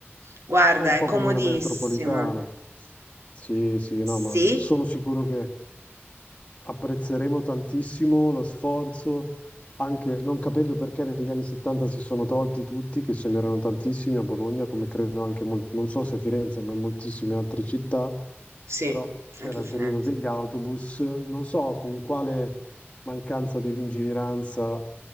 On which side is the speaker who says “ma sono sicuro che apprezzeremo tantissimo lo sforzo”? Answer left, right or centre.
Left